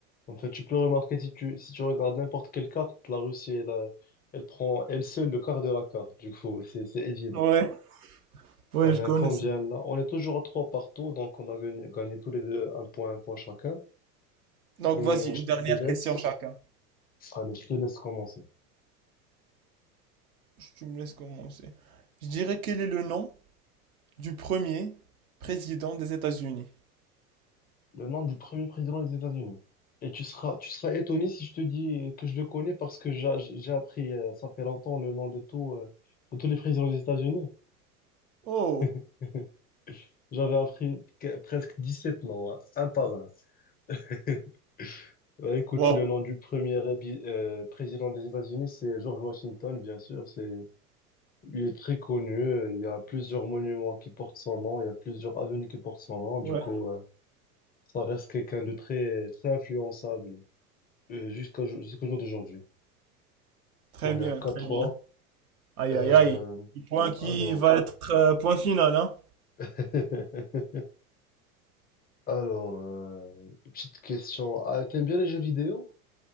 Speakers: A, on the left (about 20°); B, on the right (about 70°).
A: En fait, tu peux remarquer si tu, si tu regardes n'importe quelle carte, la Russie, elle, a- elle prend elle seule le quart de la carte. Du coup, c'est, c'est évident.
B: Ouais, ouais,
A: On
B: je
A: est
B: connais.
A: à combien là? On est toujours à trois partout, donc on a gagné, gagné tous les deux un point, un point chacun.
B: Donc
A: Hum,
B: voici une
A: je
B: dernière
A: te laisse.
B: question chacun.
A: Allez, je te laisse commencer.
B: Tu me laisses commencer. Je dirais quel est le nom du premier président des États-Unis?
A: Le nom du premier président des États-Unis. Et tu seras, tu seras étonné si je te dis que je le connais parce que j'ai j'ai appris, euh, ça fait longtemps, le nom de tout, euh, de tous les présidents des États-Unis.
B: Oh,
A: <laughs> J'avais appris que- presque sept noms, hein, un par un. <laughs> Bah, écoute,
B: wow.
A: le nom du premier épi- euh, président des États-Unis, c'est George Washington, bien sûr. C'est, il est très connu. euh, Il y a plusieurs monuments qui portent son nom. Il y a plusieurs avenues qui portent son nom. Du
B: Ouais,
A: coup, euh, ça reste quelqu'un de très, très influençable euh, jusqu'au jusqu'au jour d'aujourd'hui.
B: très
A: On
B: bien,
A: est à quatre
B: très
A: trois.
B: bien. Aïe,
A: Euh,
B: aïe, aïe. Le Point qui
A: alors,
B: va être euh, point final, hein?
A: <laughs> alors, euh, petite question. Ah, t'aimes bien les jeux vidéo?